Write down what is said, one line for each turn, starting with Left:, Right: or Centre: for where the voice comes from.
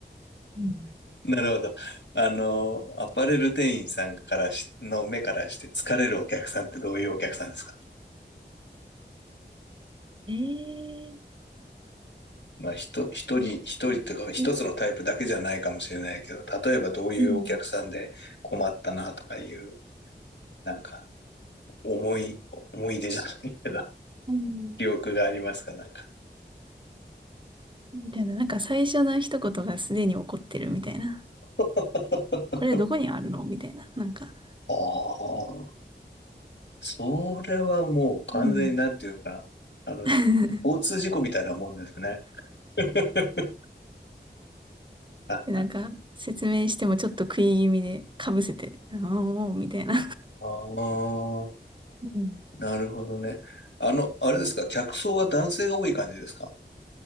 Right: うん。
Left: なるほど。あの、アパレル店員さんからし、の目からして疲れるお客さんってどういうお客さんですか
Right: えー、
Left: まあ、ひと、一人、
Right: うん
Left: 一人というか、一つのタイプだけじゃないかもしれないけど、
Right: う、
Left: 例えばどういうお客さんで困ったなとかいう、
Right: ん、
Left: なんか、思い、思い出じゃないけど、<laughs>
Right: うん。
Left: 記憶がありますか、なんか。
Right: みたいな、なんか最初の一言がすでに起こってるみたいな。
Left: <laughs>
Right: これどこにあるのみたいな。なんか
Left: ああ、それはもう完全になんていうのかな。
Right: うん。
Left: あの、
Right: <laughs>
Left: 交通事故みたいなもんですね。<laughs> ああ
Right: で、なんか説明してもちょっと食い気味でかぶせて、ああ、もう、みたいな。
Left: ー、
Right: うん。
Left: なるほどね。あの、あれですか、客層は男性が多い感じですか